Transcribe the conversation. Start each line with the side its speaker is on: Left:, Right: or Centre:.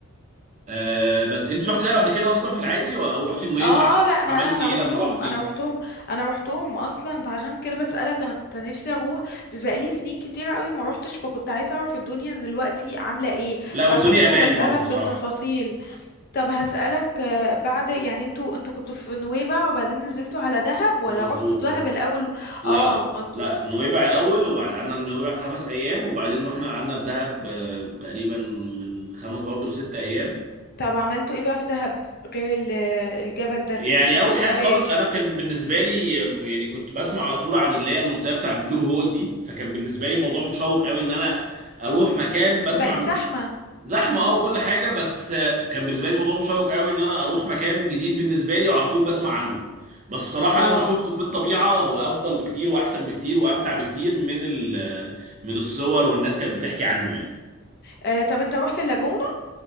Right: أه بس انت رحتي دهب قبل كده اصلا في العادي و- او رحتي نويبع
Left: اه اه لا انا
Right: عملتي
Left: انا انا
Right: ايه
Left: روحتهم
Right: لما رحتي
Left: انا روحتهم انا روحتهم اصلا فعشان كده بسألك انا كنت نفسي اروح بس بقالي سنين كتير قوي ما روحتش فكنت عايزة اعرف الدنيا دلوقتي عاملة ايه
Right: لا
Left: فعشان
Right: والدنيا
Left: كده
Right: امان
Left: بسألك
Right: برضه بصراحه
Left: بالتفاصيل طب هسألك آه، بعد يعني انتوا انتوا كنتوا في نويبع وبعدين نزلتوا على دهب ولا
Right: مظبوط
Left: رحتوا دهب
Right: اه
Left: الاول
Right: لا
Left: اه
Right: لا
Left: انتوا
Right: لا، نويبع الاول وبعد قعدنا في نويبع خمس ايام وبعدين رحنا قعدنا في دهب آه، تقريبا من خمس برضه لست ايام
Left: طب عملتوا ايه بقى في دهب غير ال- الجبل ده
Right: يعني اول
Left: والسفاري
Right: حاجه خالص انا كان بالنسبه لي يعني كنت بسمع على طول عن اللي هي المنطقه بتاع بلو هول دي فكان بالنسبه لي الموضوع مشوق قوي ان انا اروح
Left: مم.
Right: مكان
Left: بس
Right: بسمع
Left: بقت زحمة
Right: زحمه اه وكل حاجه بس كان بالنسبه لي الموضوع مشوق قوي ان انا اروح مكان جديد بالنسبه لي وعلى طول بسمع عنه بس بصراحه
Left: اه
Right: لما شفته في الطبيعه هو افضل بكتير واحسن بكتير وامتع بكتير من ال- من الصور والناس كانت بتحكي عنه يعني
Left: آه طب انت رحت اللاجونة